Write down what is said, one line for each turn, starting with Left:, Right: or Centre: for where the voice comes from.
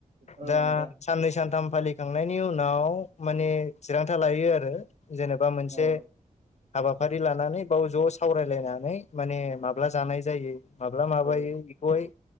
Right: औ
Left: दा
Right: नोंथां
Left: साननै सानथाम साथाम फालिखांनायनि उनाव माने थिरांथा लायो आरो जेनेबा मोनसे
Right: औ
Left: हाबाफारि लानानै बाव ज' सावरायलायनानै माने माब्ला जानाय जायो माब्ला माबायो
Right: औ
Left: बेखौहाय